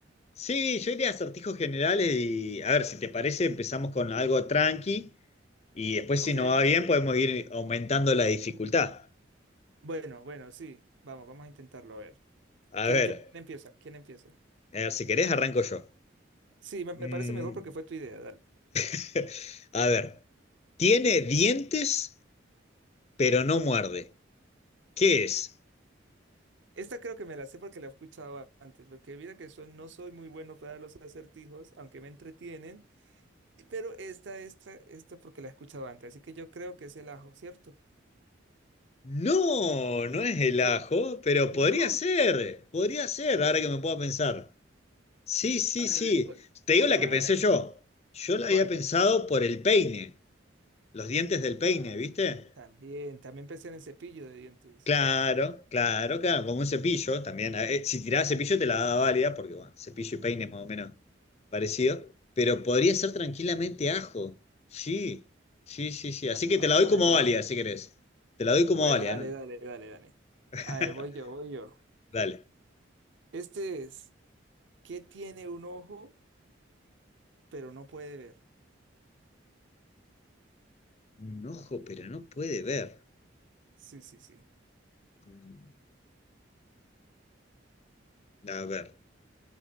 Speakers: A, on the left (about 35°); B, on the right (about 70°).
A: Sí, yo iría a acertijos generales y a ver, si te parece, empezamos con algo tranqui y después
B: Ok.
A: si no va bien podemos ir aumentando la dificultad.
B: Bueno, bueno, sí. Vamos, vamos a intentarlo, a ver. ¿Quién,
A: A ver,
B: quién empieza? ¿Quién empieza?
A: a ver, si querés arranco yo.
B: Sí, me, me
A: Mm,
B: parece mejor porque fue tu idea, dale.
A: <laughs> a ver, tiene dientes pero no muerde. ¿Qué es?
B: Esta creo que me la sé porque la he escuchado antes, porque mira que son, no soy muy bueno para los acertijos, aunque me entretienen. Pero esta, esta, esta porque la he escuchado antes, así que yo creo que es el ajo, ¿cierto?
A: No, no es el
B: ¿Cómo?
A: ajo, pero
B: No.
A: podría ser, podría ser, ahora que me puedo pensar. Sí, sí,
B: A ver,
A: sí.
B: vu-
A: Te digo
B: vu-
A: la
B: vuélveme
A: que pensé
B: a decir.
A: yo. Yo la
B: ¿Cuál?
A: había pensado por el peine. los dientes del peine,
B: Ah,
A: ¿viste?
B: también, también pensé en el cepillo de dientes.
A: Claro, claro, claro, como un cepillo también. Eh, eh, Si tiraba cepillo te la daba válida, porque bueno, cepillo y peine es más o menos parecido, pero podría ser tranquilamente ajo. Sí, sí, sí, sí. Así
B: Ah,
A: que te la doy
B: bueno.
A: como válida, si querés. Te la doy como
B: Bueno,
A: válida,
B: dale,
A: ¿no?
B: dale, dale, dale.
A: <laughs>
B: A ver, voy yo, voy yo.
A: Dale.
B: Este es, ¿qué tiene un ojo pero no puede ver?
A: Un ojo, pero no puede ver.
B: Sí, sí, sí.
A: Mm, A ver,